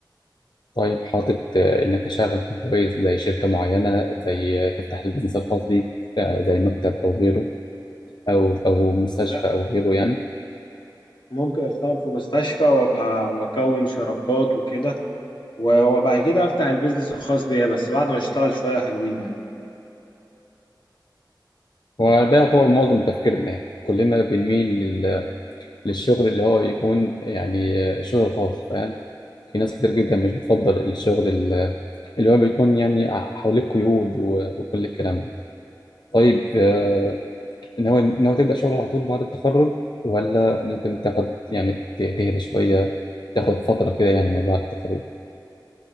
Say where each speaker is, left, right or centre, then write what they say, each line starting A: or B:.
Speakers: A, on the left; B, on the left.
A: طيب حاطط آه، إنك تشتغل في مكان كويس زي شركة معينة زي آه، تفتح البيزنس الخاص بيك آه، زي مكتب أو غيره أو أو مستشفى
B: لا
A: أو غيره يعني
B: ممكن أشتغل في مستشفى وأبقى وأكون شراكات وكده و- وبعد كده أفتح البيزنس الخاص بيا بس بعد ما أشتغل شوية حلوين يعني
A: وده يعتبر معظم تفكيرنا يعني كلنا بنميل لل- للشغل اللي هو يكون يعني آه، شغل خاص فاهم في ناس كتير جدا مش بتفضل الشغل ال- اللي هو بيكون يعني ع- حواليه قيود و- وكل الكلام ده طيب آه، ناوي ناوي تبدأ شغل على طول بعد التخرج ولا ممكن تاخد يعني ت- تهدى شوية تاخد فترة كده يعني من بعد التخرج